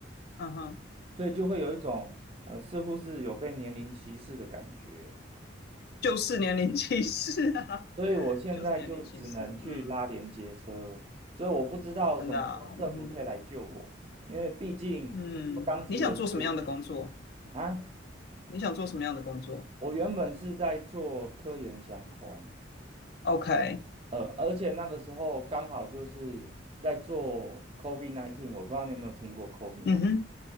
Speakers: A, on the left (about 55°); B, on the right (about 30°).
A: 嗯哼。
B: 所以就会有一种，呃，似乎是有被年龄歧视的感觉。
A: 就是年龄歧视啊，
B: 所以我现在就只能去拉连接车，
A: <laughs> 就是年龄歧视，嗯，
B: 所以我不知道什么时候政府可以来救我，
A: 真的啊，嗯哼，
B: 因为毕竟我当时也是
A: 嗯，你想做什么样的工作？
B: 啊，
A: 你想做什么样的工作
B: 我原本是在做科研相关，
A: ？OK，
B: 呃，而且那个时候刚好就是在做 COVID-19，我不知道你有没有听过 COVID-19，
A: 嗯哼，